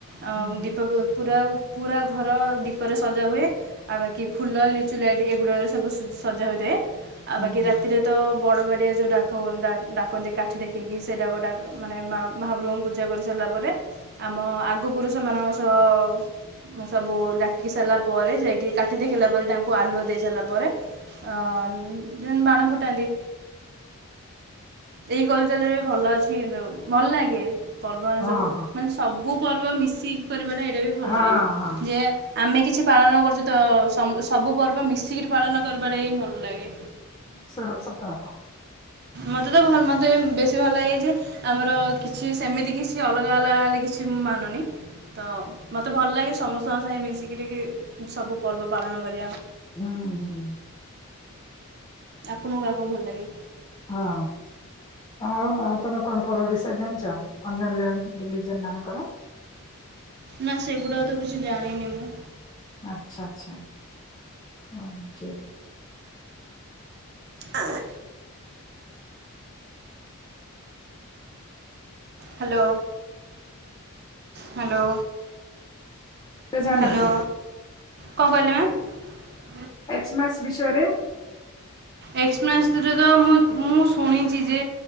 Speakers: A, on the right; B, on the left.
A: ଅ,
B: ହୁଁ
A: ଦୀପକୁ ପୁରା ପୁରା ଘର ଦୀପରେ ସଜା ହୁଏ, ଆଉ ବାକି ଫୁଲ ଲିଚୁ ଲାଇଟ୍ ଏଗୁଡାକରେ ସବୁ ସ-ସଜା ହୋଇଥାଏ। ଆଉ
B: ହୁଁ
A: ବାକି
B: ହୁଁ
A: ରାତିରେ ତ ବଡ ବଡ଼ିଆ ଯୋଉ ଡାକ ହୁଅନ୍ତା, ଡାକନ୍ତି କାଠି ଦେଖିଇକି ସେଟା ଗୋଟାକୁ ମାନେ ମା- ମହାପ୍ରଭୁଙ୍କୁ ପୂଜା କରିସାରିଲା ପରେ ଆମ ଆଗ ପୁରୁଷ ମାନଙ୍କ ତ ସବୁ ଡାକି ସାରିଲା ପରେ ଯାଇକି କାଠ ଦେଖେଇଲା ପରେ ତାଙ୍କୁ କୁ ଆଲୁଅ ଦେଇ ସାରିଲା ପରେ ଅଁ, ଉଁ। ବାଣ ଫୁଟାନ୍ତି। ଏଇ ଗଲଚାଲରେ ଭଲ ଅଛି କିନ୍ତୁ ଭଲ ଲଗେ। ପର୍ବ ମାନ
B: ହଁ
A: ସବୁ
B: ହଁ
A: ମାନେ ସବୁ ପର୍ବ ମିଶିକି କରିବାଟା ଏଇଟା ବି ଭଲ
B: ହଁ
A: ଲାଗେ
B: ହଁ
A: ଯେ ଆମେ କିଛି ଛି ପାଳନ କରୁଚ ତ ସମ୍ ସବୁ ପର୍ବ ମିଶିକିରି ପାଳନ କରିବାଟା ହିଁ ଭଲ ଲାଗେ।
B: ସ-ସତ କଥା।
A: ମତ ମୋତେ ତ ଭଲ ମୋତେ ବେଶୀ ଭଲ ଲାଗେ ଯେ ଆମର କିଛି ସେମିତି କିଛି ଅଲଗା ଅଲଗା ହେଲେ କିଛି ମୁଁ ମାନୁନି ତ ମୋତେ ଭଲ ଲାଗେ ସମସ୍ତଙ୍କ ସାଙ୍ଗେ ମିଶିକ ସବୁ ପର୍ବ ପାଳନ କରିବା।
B: ହଁ ହ
A: ଆପଣଙ୍କୁ ଆଉ କ'ଣ ଭଲ ଲାଗେ
B: ହଁ‌। ହଉ ଆଉ ତମେ କଣ ପର୍ବ ବିଷୟରେ ଜାଣିଛ ଅନ୍ୟ ରିଲ ରିଲିଜିଅନ ମାନଙ୍କର?
A: ନା ସେଗୁଡା ଆଉ ତ କିଛି ଜାଣିନି ମୁଁ।
B: ଆଛା ଆଚ୍ଛା ହ ଯେ
A: ଆଁ। Hello hello.
B: ଏଗୁଡା ଜାଣିନ
A: ହ୍ୟାଲୋ।
B: କି?
A: କଁ କହିଲେ ମ୍ୟାମ୍?
B: ଏକ୍ସ୍ ମାସ ବିଷୟରେ
A: ଏକ୍ସମାସ୍ ରେ ତ ମୁଁ ମୁଁ ଶୁଣିଛି ଯେ